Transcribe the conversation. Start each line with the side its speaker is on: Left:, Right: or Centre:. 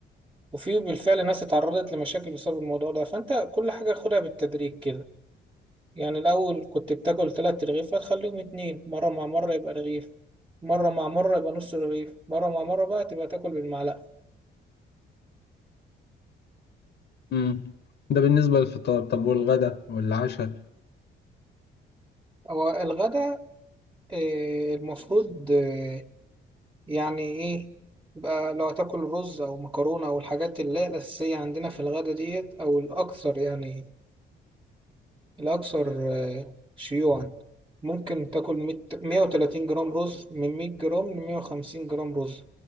Right: وفي بالفعل ناس اتعرضت لمشاكل بسبب الموضوع ده فانت كل حاجة خدها بالتدريج كده يعني الاول كنت بتاكل تلات رغيف هتخليهم اتنين مرة مع مرة يبقى رغيف مرة مع مرة يبقى نص رغيف مرة مع مرة بقى تبقى تاكل بالمعلقة
Left: امم ده بالنسبه للفطار طب والغدا والعشاء
Right: هو الغدا آه، المفروض آه، يعني ايه يبقى لو هتاكل رز او مكرونة او الحاجات اللي هي الاساسية عندنا في الغدا ديت او الاكثر يعني الأكثر آه، شيوعا ممكن تاكل 100 130 جرام رز من 100 جرام ل 150 جرام رز